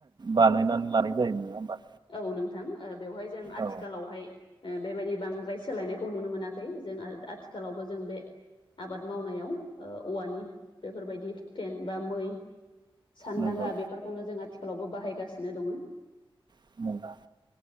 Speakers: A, on the right; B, on the left.
A: बानायनानै लानायखाय नङा होमबा?
B: औ नोंथां ओ बेवहाय जों आथिखालावहाय
A: औ
B: ओ बेबायदि बांद्राय सोलायनायखौ नुनो मोनाखै जों आथिखालावबो जों बे आबाद मावनायाव ओ औवानि बेफोरबायदि हुखेन बा मै सानदांगा
A: नंगौ
B: बेफोरखौनो जों आथिखालावबो बाहायगासिनो दङो
A: <unintelligible>